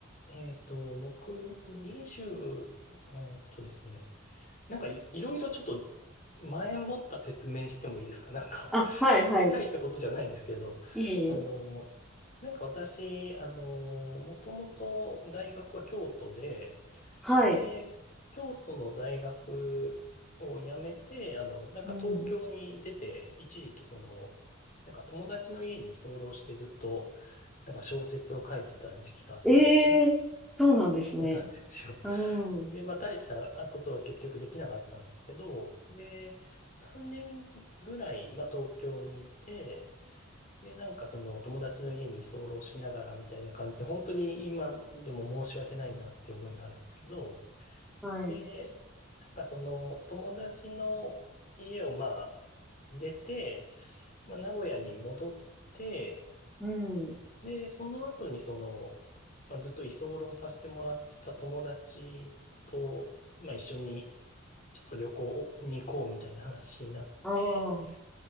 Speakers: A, on the left; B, in the centre.
A: えっと、僕、20、えっとですね、なんかい、いろいろちょっと前もった説明してもいいですか <laughs> なんか
B: あ、
A: <laughs>
B: はいはい。
A: 全然大したことじゃないんですけど、
B: いえいえ。
A: あの、なんか私、あの、もともと大学は京都で、
B: はい。
A: で、京都の大学を辞めて、あの、なんか東京に出て、
B: うん。
A: 一時期その、なんか友達の家に居候してずっと、なんか小説を書いてた時期があったんですね。
B: ええそうなんですね。
A: そうなんですよ。
B: うん。
A: で、
B: うん。
A: まあ、大したことは結局できなかったんですけど、で、3年ぐらい、まあ、東京にいて、で、なんかそのお友達の家に居候しながらみたいな感じで、本当に今でも申し訳ないなっていう思いがあるんですけど、
B: はい。
A: で、なんかその友達の家をまあ、出て、まあ、名古屋に戻って、
B: うん。
A: で、その後にその、まあ、ずっと居候させてもらってた友達と、まあ、一緒にちょっと旅行に行こうみたいな話になって、
B: ああ。